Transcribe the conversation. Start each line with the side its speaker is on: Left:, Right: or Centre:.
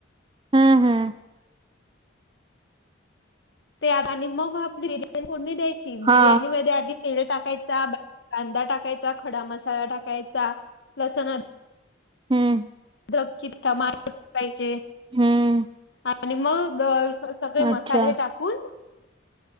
Right: हम्म हम्म.
Left: त्यात आणि म आपली बिर्याणी फोडणी द्यायची, बिर्याणी
Right: हा
Left: मध्ये आधी तेल टाकायचा, <unintelligible> कांदा टाकायचा, खडा मसाला टाकायचा, लसूण
Right: हम्म.
Left: अद्रक <unintelligible> टमाटर पाहिजे.
Right: हम्म.
Left: आणि मग सगळे
Right: अच्छा
Left: मसाले टाकून